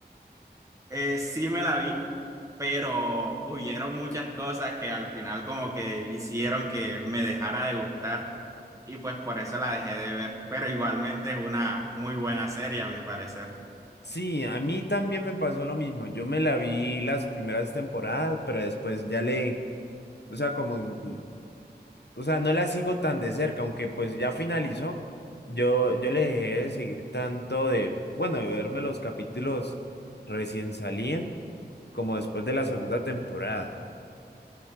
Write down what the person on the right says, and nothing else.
Eh, sí me la vi, pero hubieron muchas cosas que al final como que hicieron que me dejara de gustar y pues por eso la dejé de ver, pero igualmente es una muy buena serie a mi parecer.